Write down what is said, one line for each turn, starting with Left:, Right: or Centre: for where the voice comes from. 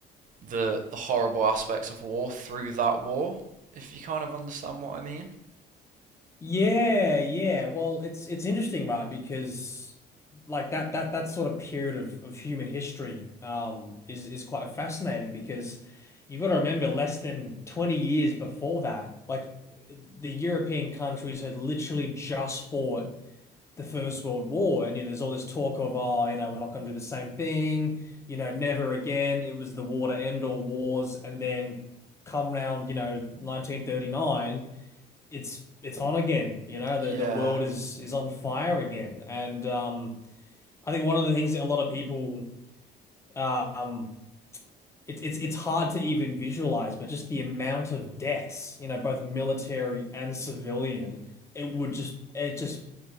Right: the the horrible aspects of war through that war. If you kind of understand what I mean.
Left: Yeah, yeah. Well, it's it's interesting, right? Because like that that that sort of period of of human history um is is quite fascinating because you've got to remember less than 20 years before that, like the European countries had literally just fought the First World War, and you know, there's all this talk of, oh, you know, we're not going to do the same thing, you know, never again. It was the war to end all wars, and then come round, you know, 1939, it's it's on again. You know, the
Right: Yeah.
Left: the world is is on fire again, and um, I think one of the things that a lot of people, um, it's it's it's hard to even visualize, but just the amount of deaths, you know, both military and civilian, it would just it just